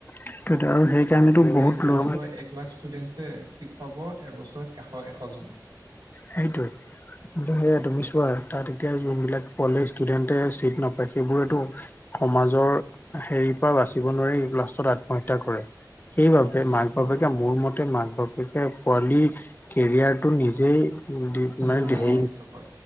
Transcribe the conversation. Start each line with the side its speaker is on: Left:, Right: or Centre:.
Left: সেইটোৱেতো আৰু সেইকাৰণেতো
Right: পৰীক্ষা
Left: বহুত ল'ৰা
Right: দিব এ এক লাখ ষ্টুডেণ্টছে ছিট পাব এবছৰত এশ এশজন
Left: সেইটোৱে কিন্তু সেয়া তুমি চোৱা তাত এতিয়া যোনবিলাক কলেজ ষ্টুডেণ্টে চিট নাপায় সেইবোৰেতো সমাজৰ হেৰিৰ পৰা বাচিব নোৱাৰি এই লাষ্টত আত্মহত্যা কৰে সেইবাবে
Right: উম, সেইটো
Left: মাক
Right: হয়
Left: বাপেকে
Right: বাৰু
Left: মোৰ মতে মাক বাপেকে পোৱালীৰ কেৰিয়াৰটো নিজেই দি
Right: নিজৰ
Left: নাই দিহেইজ
Right: মনৰ হিচাপত